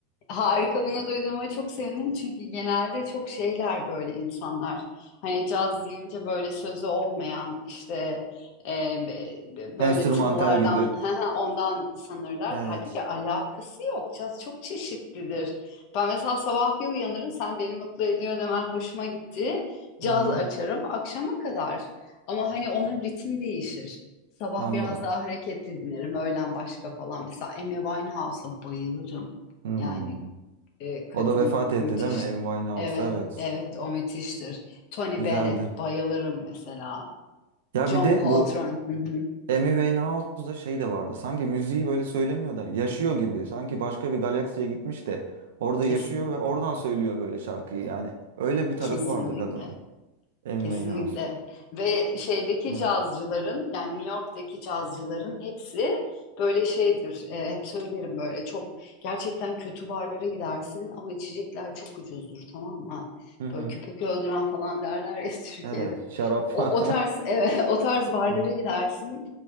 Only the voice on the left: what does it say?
Harika bunu duyduğuma çok sevindim çünkü genelde çok şeyler böyle insanlar. Hani caz deyince böyle sözü olmayan işte e, be- be- böyle
tınılardan
<laughs> ondan sanırlar.
Halbuki alakası yok. Caz çok çeşitlidir. Ben mesela sabah bir uyanırım sen beni mutlu ediyor demen hoşuma gitti. Caz
açarım akşama kadar. Ama hani onun ritmi değişir. Sabah
biraz daha hareketli dinlerim. Öğlen başka falan. Mesela Amy Winehouse'a bayılırım.
Yani e, kadın
müthiş.
Evet,
evet o müthiştir. Tony
Bennett bayılırım mesela.
John
Coltrane.
hı hı,
Kesinlikle.
Kesinlikle.
Kesinlikle.
Ve şeydeki
cazcıların yani New York'taki cazcıların hepsi böyle şeydir. E, hep söylerim böyle çok gerçekten kötü barlara gidersin ama içecekler çok ucuzdur tamam mı?
Böyle köpek öldüren falan derler ya <laughs> Türkiye'de.
O,
o tarz <laughs> evet o tarz barlara
gidersin